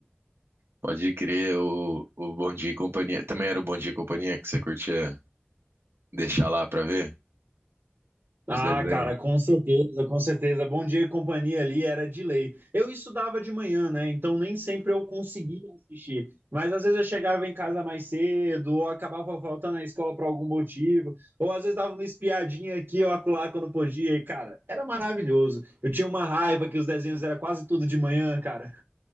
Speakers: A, on the right (about 80°); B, on the right (about 65°).
A: Pode crer, o, o Bom Dia e Companhia. Também era o Bom Dia e Companhia que você curtia deixar lá pra ver
B: Ah,
A: os desenhos?
B: cara, com certeza, com certeza. Bom Dia e Companhia ali era de lei. Eu estudava de manhã, né? Então nem sempre eu conseguia assistir. Mas às vezes eu chegava em casa mais cedo, ou acabava faltando na escola por algum motivo, ou às vezes dava uma espiadinha aqui ou acolá quando podia. E, cara, era maravilhoso. Eu tinha uma raiva que os desenhos era quase tudo de manhã, cara.